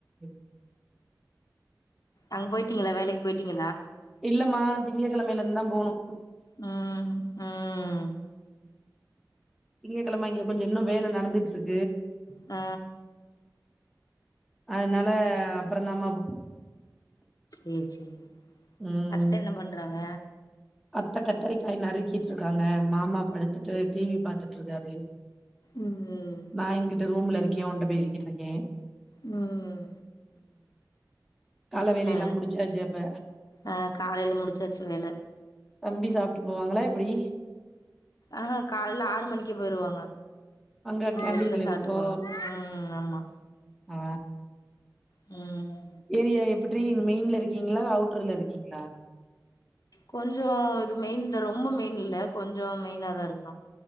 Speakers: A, in the centre; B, on the left (about 60°).
A: ம்
B: அங்க போயிட்டீங்களா வேலைக்கு போயிட்டீங்
A: இல்லமா திங்க கெளமைல இருந்தா போணு
B: ம் ம்
A: திங்க கெளம இங்க கொஞ்சொ இன்னு வேல நடந்துட்ருக்
B: ஆ
A: அதனால அப்புறந்தாம்மா போ
B: ம் சேரி
A: ம்
B: அத்த என்ன பண்றாங்க
A: அத்த கத்தரிக்காய் நறுக்கிட்டுருக்காங்க மாமா படுத்துட்டு டிவி பாத்துட்டு இருக்காரு
B: ம்
A: நா இங்குட்டு ரூம்ல இருக் கிய உன்ட்ட பேசிக்கிட்டுருக்கே
B: ம்
A: கால வேலையெல்லாம்
B: ஆ
A: முடிச்சாச்சு அப்ப
B: ஆ காலைல முடிச்சாச்சு வேல
A: தம்பி சாப்ட்டு போவாங்களா எப்டி
B: ஆஹா காலைல ஆறு மணிக்கே போயிருவாங்க
A: அங்க கேன்டீன்ல
B: வெளில சாப்ட்டுக்குவாங்க
A: இருக்கோ
B: ம் ஆமா
A: ஆ
B: ம்
A: ஏரியா எப்பிட்ரீ மெயின்ல இருக்கீங்களா அவுட்டர்ல இருக்கீங்களா?
B: கொஞ்சோ இது மெயின்தா ரொம்ப மெயின் இல்ல கொஞ்சோ மெயினாதா இருக்கு.